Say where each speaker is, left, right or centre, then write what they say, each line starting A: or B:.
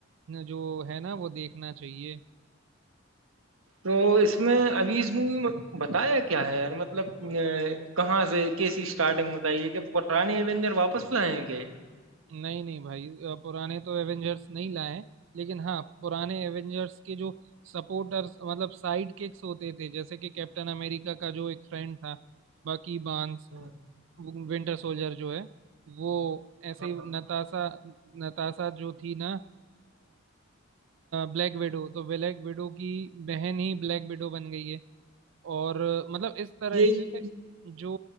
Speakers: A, on the right; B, on the right.
A: न जो है ना वो देखना चाहिए
B: तो इसमें अभी इस मूवी में बताया क्या है यार मतलब अ, कहाँ से कैसी स्टार्टिंग बताइए कि पुराने एवेंजर वापस लाए हैं क्या ये?
A: नहीं नहीं भाई अ, पुराने तो एवेंजर्स नहीं लाए हैं लेकिन हाँ पुराने एवेंजर्स के जो सपोर्टर्स मतलब साइड किक्स होते थे जैसे कि कैप्टन अमेरिका का जो एक फ्रेंड था बाकी बांस
B: हम्म।
A: विंटर सोल्जर जो है वो ऐसे
B: हाँ
A: ही नताशा नताशा जो थी ना ब्लैक विडो तो ब्लैक विडो की बहन ही ब्लैक विडो बन गई है और मतलब इस तरह
B: यही
A: से जो